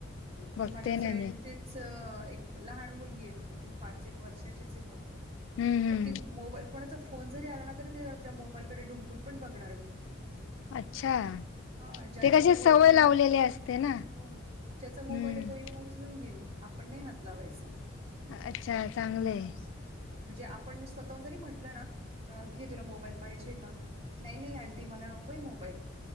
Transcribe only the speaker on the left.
बघते
ना मी
हम्म हम्म
अच्छा.
ते कशी
सवय
लावलेली असते ना
हम्म
अच्छा चांगले